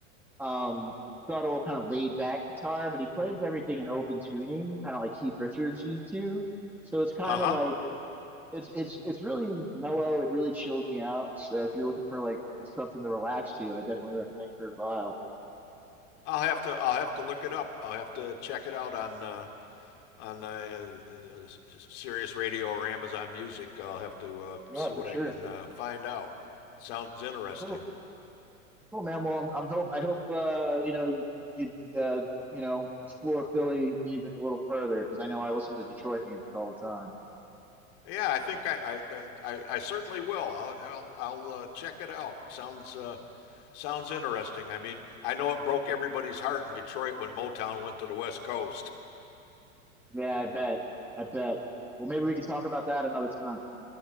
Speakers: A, in the centre; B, on the left (about 55°).
A: um, subtle, kind of laid back guitar, but he plays everything in open tuning, kind of like Keith Richards used to. So it's kind
B: Uh-huh.
A: of like it's it's it's really mellow. It really chills me out. So if you're looking for like something to relax to, I definitely recommend Kurt Vile.
B: I'll have to I'll have to look it up. I'll have to check it out on uh on uh, uh, Sirius Radio or Amazon Music. I'll have to uh
A: Yeah,
B: see
A: for
B: what
A: sure.
B: I can uh find out. Sounds interesting.
A: Cool, cool, man. Well, I'm, I'm hope I hope uh, you know you uh, you know explore Philly music a little further because I know I listen to Detroit music all the time.
B: Yeah, I think I I I, I certainly will. I'll I'll I'll uh, check it out. Sounds uh sounds interesting. I mean, I know it broke everybody's heart in Detroit when Motown went to the West Coast.
A: Yeah, I bet. I bet. Well, maybe we could talk about that another time.